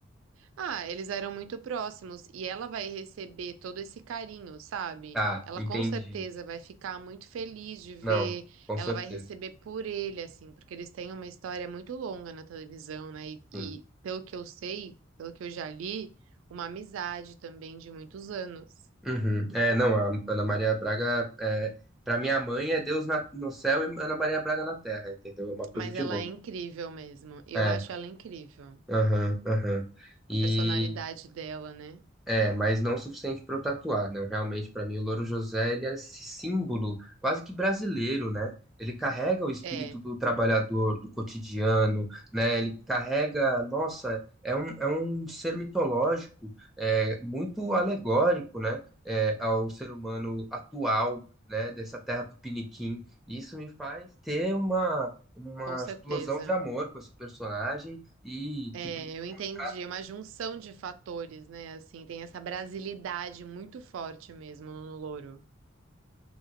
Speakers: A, on the right (about 75°); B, in the centre.
A: Ah, eles eram muito próximos e ela vai receber todo esse carinho, sabe?
B: Tá,
A: Ela
B: entendi.
A: com certeza vai ficar muito feliz de ver,
B: Não, com
A: ela
B: certeza.
A: vai receber por ele, assim, porque eles têm uma história muito longa na televisão, né? E, e
B: Sim.
A: pelo que eu sei, pelo que eu já li, uma amizade também de muitos anos.
B: Uhum. É, não, a Ana Maria Braga, é, pra minha mãe é Deus na- no céu e Ana Maria Braga na terra, entendeu? É uma coisa
A: Mas
B: de
A: ela
B: louco.
A: é incrível mesmo, eu
B: É,
A: acho ela incrível.
B: aham, aham. E
A: A personalidade dela, né?
B: É, mas não o suficiente para eu tatuar, né? Realmente, para mim, o Louro José, ele é esse símbolo quase que brasileiro, né? Ele carrega o espírito
A: É,
B: do trabalhador, do cotidiano, né? Ele carrega, nossa, é um, é um ser mitológico, é, muito alegórico, né? É, ao ser humano atual, né? Dessa terra tupiniquim. E isso me faz ter uma, uma
A: com certeza.
B: explosão de amor com esse personagem e
A: É,
B: que tem que ser
A: eu entendi, é uma junção de fatores, né? Assim, tem essa brasilidade muito forte mesmo no louro.